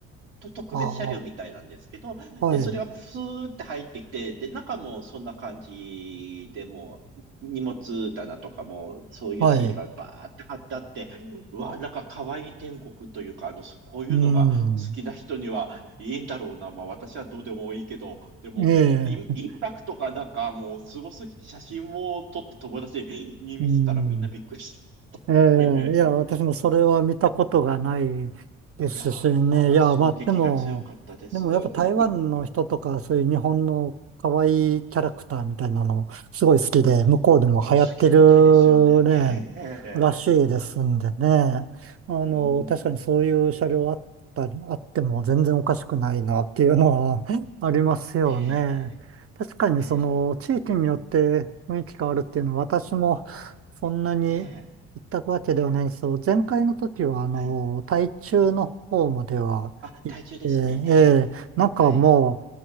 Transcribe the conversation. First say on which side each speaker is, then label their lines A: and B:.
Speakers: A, on the right; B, on the right.
A: と特別車両みたいなんですけど、
B: ああ、はい。
A: で、それがプスーって入ってきて、で、中もそんな感じでもう、荷物棚とかも、そういうシールがバーって貼ってあって、
B: はい。
A: うわ、なんか可愛い天国というか、あの、そこういうのが好きな人にはいいんだろうな。
B: うん。
A: まあ私はどうでもいいけど、でも、
B: ええ、
A: イン、インパクトがなんかもうすごすぎて写真を撮って友達に見せたらみんなびっくりして。
B: うん。え
A: <laughs> え
B: え、いや、私もそれは見たことがないですしね。
A: いやー、
B: いや、
A: 衝撃が強かったです。
B: まあ、でも、でもやっぱ台湾の人とか、
A: <laughs>
B: そういう日本の可愛いキャラクターみたいなの、すごい好きで、向こうでも流行ってるね、
A: お好きみたいですよね。ええ
B: らしいですんでね。あの、
A: うん。
B: 確かにそういう車両あったり、あっても全然おかしくないなっていうのは <laughs> ありますよね。
A: え
B: 確かにその地域によって雰囲気変わるっていうのは、
A: えええ
B: 私もそんなに行ったわけではないんですよ。
A: ええ
B: 前回の時は、あの、
A: はい。
B: 台中の方までは行って、
A: うんうん。あ、体重ですね。ええ
B: ええなんかも
A: はい。